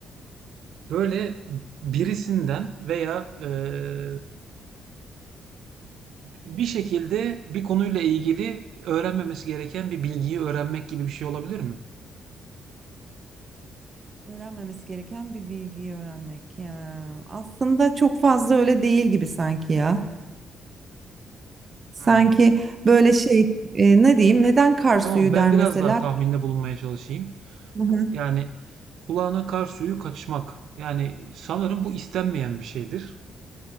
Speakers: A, on the right; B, on the right.
A: böyle birisinden veya ee, bir şekilde bir konuyla ilgili öğrenmemesi gereken bir bilgiyi öğrenmek gibi bir şey olabilir mi?
B: Öğrenmemesi gereken bir bilgiyi öğrenmek. Ya, aslında çok fazla öyle değil gibi sanki ya. Sanki
A: Hmm.
B: böyle şey e, ne diyeyim neden kar
A: Tamam,
B: suyu
A: ben
B: der
A: biraz
B: mesela.
A: daha tahminde bulunmaya çalışayım.
B: Hı hı.
A: Yani kulağına kar suyu kaçmak. Yani sanırım bu istenmeyen bir şeydir.